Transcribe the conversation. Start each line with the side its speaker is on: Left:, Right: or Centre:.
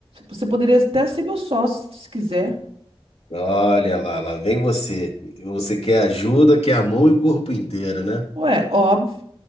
Right: Você poderia até ser meu sócio, se quiser.
Left: Olha lá, lá vem você. Você quer ajuda, quer a mão e o corpo inteiro, né?
Right: Ué, óbvio.